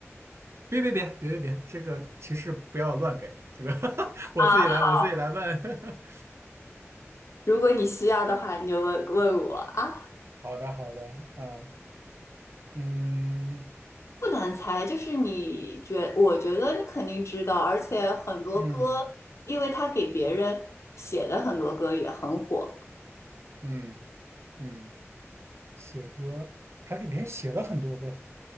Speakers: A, on the right; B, on the left.
A: 别别别别别别，这个提示不要乱给，这个 <laughs> 我自己来，
B: 啊。<laughs>
A: 我自己来问。<laughs>
B: 如果你需要的话，你就问问我啊，
A: 好的好的，啊，嗯
B: 不难猜，就是你觉，我觉得你肯定知道，而且很多歌，
A: 嗯
B: 因为他给别人写的很多歌也很火。
A: 嗯嗯，写歌还给别人写了很多歌，